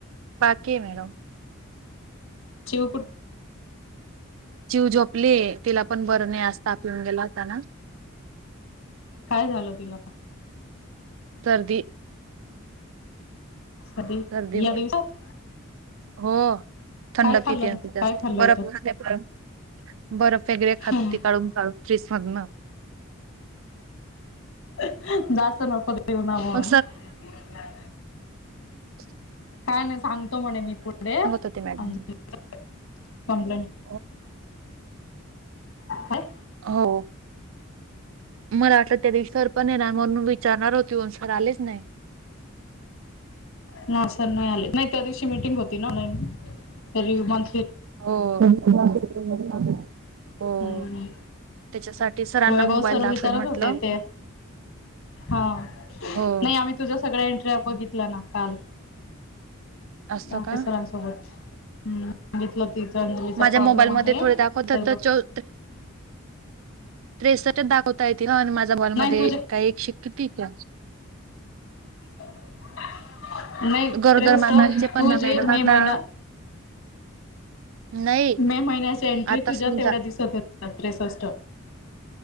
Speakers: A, on the right; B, on the left.
A: बाकीय मॅडम
B: चिवु कुठ
A: चिवू झोपलीय तिला पण बर नाहीय आज ताप येवून गेला होता ना
B: काय झालं तिला??
A: सर्दी
B: कधी
A: सर्दीमुळे
B: या दिवसात
A: हो थंड
B: काय खाल्लं
A: पितीया
B: होत
A: जास्त
B: काय खाल्लं
A: बरफ
B: होतं.
A: खाते बरफ, बरफ वगैरे खाते
B: हम्म
A: काढून काढून फ्रीज मदंन
B: अअ जास्त नको देवना बोअना
A: मग ??
B: काय नाही सांग तो म्हणे मी पुढे अजलीची
A: होते मॅडम
B: कंप्लेंट
A: हो
B: होय-
A: हो मला वाटलं त्यादिवशी सरपण येणार म्हणुन विचारणार होती पण सर आलेच नाही
B: नाय सर नाही आले नाही त्या दिवशी मिीटिंग होती ना ऑनलाईन तरी म्हन
A: हो हो त्याच्यासाठी
B: हम्म
A: सरांना
B: वैभव
A: मोबाईल
B: सर
A: दाखवेल
B: विचारत
A: म्हटलं
B: होते ते हा
A: हो
B: नाही आम्ही तुझ्या सगळ्या एन न्ट्र बघितल्या ना काल
A: असतं
B: ना
A: का
B: की सरांसोबत हं, सांगितलं होत. तिच्या मुलीचा
A: माझ्या
B: प्रॉब्लेम
A: मोबाईलमध्ये
B: आहे.
A: थोडे दाखवतात
B: सर
A: तर
B: बो
A: चौ त्रेसष्ठच दाखवता ये त माझा बॉलमधे
B: तुझे
A: काही एकशे किती तिथ? <inaudible>
B: <inaudible> नाही
A: गरोदर
B: त्रेस
A: मातांचे पण
B: तू
A: ना
B: जे
A: मॅडम
B: मे
A: आता
B: महिना,
A: नाही
B: मे महिन्याच्या एन्ट्री
A: आता
B: तुझ्या
A: समजा
B: तेवढ्या दिसत होत्या त्रेसष्ट.